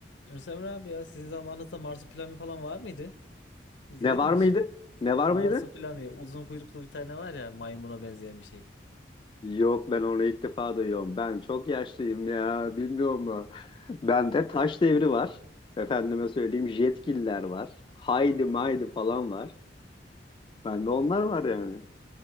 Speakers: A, on the left (about 80°); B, on the left (about 30°).
A: Yunus Emre abi ya sizin zamanınızda Marsupilami falan var mıydı? İzledin
B: Ne var
A: mi
B: mıydı?
A: hiç?
B: Ne var
A: Marsupilami
B: mıydı?
A: uzun kuyruklu bir tane var ya maymuna benzeyen bir şey.
B: Yok ben onu ilk defa duyuyorum. Ben çok yaşlıyım ya bilmiyor mu? Bende taş devri var. Efendime söyleyeyim jetgiller var. Haydi maydi falan var. Bende onlar var yani.